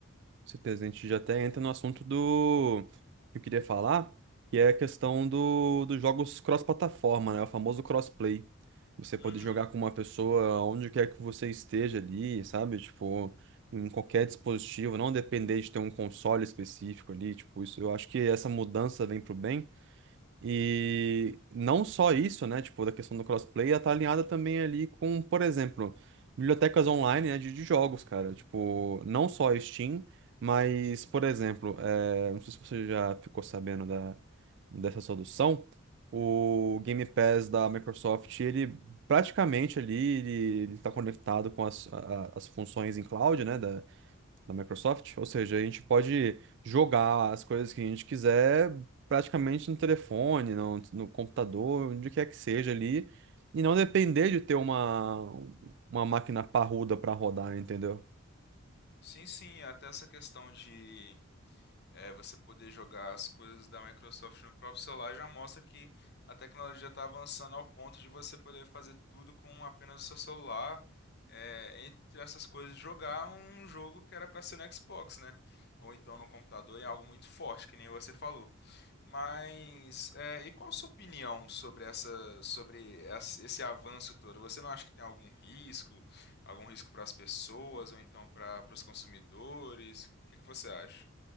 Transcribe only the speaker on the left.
Uhum.
Sim, sim, até essa questão de É, você poder jogar as coisas da Microsoft no próprio celular já mostra que a tecnologia está avançando ao ponto de você poder fazer tudo com apenas o seu celular. É, entre essas coisas, jogar um jogo que era para ser no Xbox, né? Ou então no computador, é algo muito forte, que nem você falou. Mas, é, e qual a sua opinião sobre essa, sobre essa- esse avanço todo? Você não acha que tem algum risco, algum risco para as pessoas ou então para os consumidores? O que que você acha?